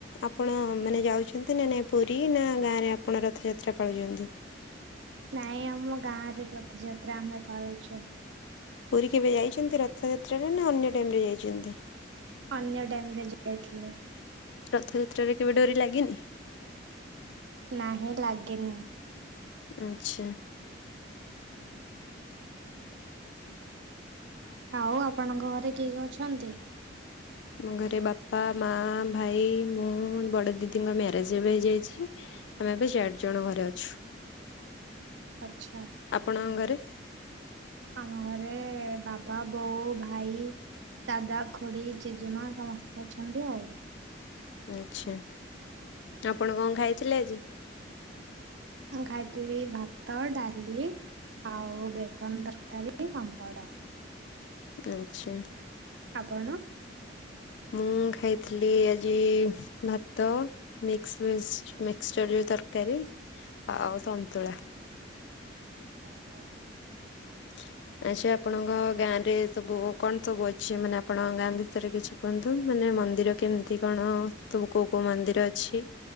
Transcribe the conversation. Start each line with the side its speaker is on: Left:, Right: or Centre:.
Left: ଆପଣ ମାନେ ଯାଉଛନ୍ତି ନା ନାଇଁ ପୁରୀ ନା ଗାଁରେ ଅପ୍ ଆପଣ ରଥଯାତ୍ରା ପାଳୁଛନ୍ତି?
Right: ନାଇଁ ଆମ ଗାଁ ରେ ରଥଯାତ୍ରା ଆମେ ପାଳୁଛୁ।
Left: ପୁରୀ କେବେ ଯାଇଛନ୍ତି ରଥଯାତ୍ରାରେ ନା ଅନ୍ୟ ଟାଇମରେ ଯାଇଛନ୍ତି?
Right: ଅନ୍ୟ ଟାଇମ୍ ରେ ଯାଇଥିଲି।
Left: ରଥଯାତ୍ରାରେ କେବେ ଡୋରି ଲାଗିନି।
Right: ନାହିଁ ଲାଗିନି।
Left: ଆଚ୍ଛା।
Right: ହଁ। ଆଉ ଆପଣଙ୍କ ଘରେ କିଏ କିଏ ଅଛନ୍ତି?
Left: ମୋ ଘରେ ବାପା, ମା, ଭାଇ, ମୁଁ ବଡ ଦିଦିଙ୍କ ମ୍ୟାରେଜ ହେଇଯାଇଛି। ଆମେ ଏବେ ଚାରି ଜଣ ଘରେ ଅଛୁ।
Right: ଆଚ୍ଛା
Left: ଆପଣଙ୍କ ଘରେ?
Right: ଆମ ଘରେ ବାବା, ବୋଉ, ଭାଇ। ଦାଦା, ଖୁଡି, ଜେଜେମା ସମସ୍ତେ ଅଛନ୍ତି ଆଉ।
Left: ଆଛା ଆପଣ କଣ ଖାଇଥିଲେ ଆଜି?
Right: ମୁ ଖାଇଥିଲି ଭାତ, ଡାଲି ଆଉ ବେସନ ତରକାରୀ, ପାମ୍ପଡ଼।
Left: ଆଛା।
Right: ଆପଣ?
Left: ମୁଁ ଖାଇଥିଲି ଆଜି ଭାତ, ମିକସ ଭିଜ ମିକ୍ସଚର ତରକାରୀ ଆଉ ସନ୍ତୁଳା।
Right: ଓହୋ।
Left: <unintelligible> ଆଚ୍ଛା ଆପଣଙ୍କ ଗାଁ ରେ ସବୁ କଣ ସବୁ ଅଛି ମାନେ ଆପଣଙ୍କ ଗାଁ ବିଷୟରେ କିଛି କୁହନ୍ତୁ? ମାନେ ମନ୍ଦିର କେମିତି କଣ ସବୁ କୋଉ କୋଉ ମନ୍ଦିର ଅଛି?